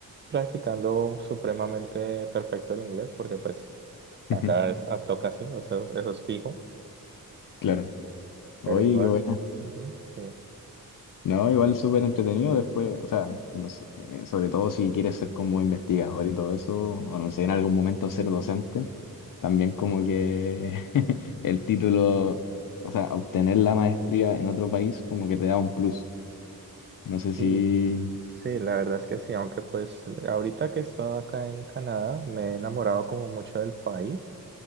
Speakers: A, on the right; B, on the left.
A: practicando supremamente perfecto el inglés, porque pues
B: <laughs>
A: acá es, a- toca así, o sea, eso, es fijo,
B: claro.
A: pero
B: Oye,
A: igual,
B: qué bueno.
A: ujú, sí,
B: No, igual súper entretenido después, o sea, no sé, eh, sobre todo si quieres ser como investigador y todo eso, o no sé, en algún momento ser docente, también como que <laughs> el título, o sea, obtener la maestría en otro país como que te da un plus. No sé si,
A: sí, sí, la verdad es que sí, aunque pues ahorita que he estado acá en Canadá, me he enamorado como mucho del país.